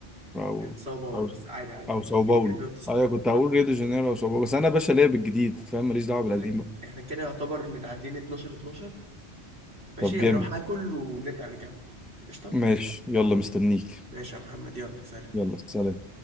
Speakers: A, in the centre; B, on the right (about 65°).
A: او
B: كانت ساو باولو
A: او
B: بس عادي عادي
A: او
B: كده
A: ساو
B: كده
A: باولو
B: كده جاوبت صح
A: ايوه كنت هقول ريو دي جانيرو او ساو باولو بس انا باشا ليا بالجديد فاهم ماليش دعوه
B: أنا بقول
A: بالقديم
B: لك
A: بقى
B: احنا كده يعتبر متعدين 12 12 ماشي
A: طب جامد
B: هروح اكل ونرجع نكمل قشطة
A: ماشي يلا مستنيك
B: ماشي يا محمد يلا سلام
A: يلا سلام